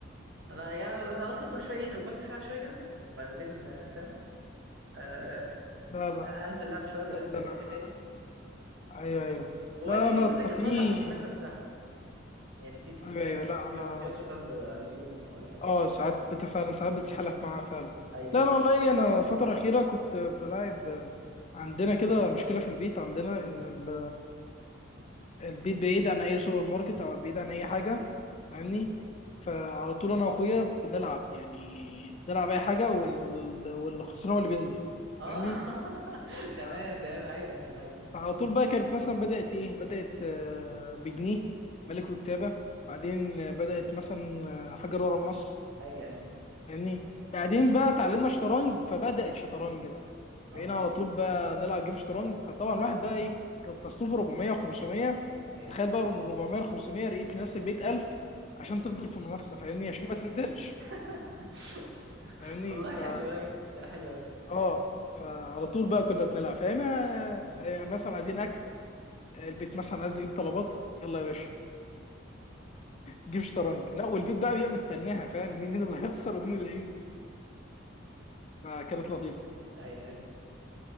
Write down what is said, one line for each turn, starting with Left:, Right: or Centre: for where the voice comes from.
Right: انا يعني انا اصلا كل شويه ايه لو بفتح العب شويه كده وبعدين آه، فاهم آه
Left: لا لا
Right: انسى اللعبه شويه وبعدين
Left: لا ده
Right: اجي
Left: انا
Right: تاني
Left: ايوه
Right: مش عارف
Left: ايوه
Right: إيه. واوقات
Left: لا
Right: بيجي
Left: انا
Right: لي مزاج
Left: تقييمي
Right: اتفرج على الفيديوهات نفسها يعني في في
Left: ايوه ايوه لا
Right: فيديوهات
Left: انا
Right: فيديوهات شطرنج على اليوتيوب مثلا ولا حاجه
Left: اه ساعات بت- فعلا ساعات بتسحلك معاها فعلا
Right: ايوه
Left: لا
Right: ايوه
Left: انا والله انا الفتره الاخيره كنت بلاعب عندنا كده مشكله في البيت عندنا ان ال- البيت بعيد عن اي سوبر ماركت او بعيد عن اي حاجه فاهمني فعلى طول انا واخويا بنلعب يعني بنلعب اي حاجه وال... واللي خسران هو اللي بينزل
Right: اه
Left: فاهمني
Right: <laughs> تمام
Left: آه،
Right: تمام ايوه أيوة، نايس نايس
Left: فعلى طول بقى كانت مثلا بدأت إيه بدأت
Right: ايوه
Left: آه، بجنيه ملك وكتابة بعدين آه، بدأت مثلا آه، حجر ورا مقص
Right: ايوه ايوه
Left: فاهمني بعدين
Right: أيوه.
Left: بقى اتعلمنا شطرنج فبدأت شطرنج بقى
Right: اه
Left: بقينا على طول بقى نلعب جيم شطرنج فطبعا الواحد بقى إيه كان تصنيفه 400 و500
Right: ايوه
Left: تخيل بقى من 400 ل 500 لقيت لنفسك بقيت 1000 عشان
Right: ايوه
Left: تفضل في المنافسة فاهمني عشان ما تنزلش
Right: <laughs>
Left: فاهمني
Right: والله حلو
Left: ف
Right: ايوه ده حلو قوي
Left: اه فعلى طول بقى كنا بنلعب فاهم آه،
Right: ايوه
Left: آه، مثلا عايزين اكل آه، البيت مثلا عايز يجيب طلبات يلا يا باشا جيب شطرنج
Right: ايوه
Left: لا والبيت بقى بيبقى مستناها فاهم مين مين اللي هيخسر ومين اللي هينزل فكانت لطيفه
Right: ايوه أيوة.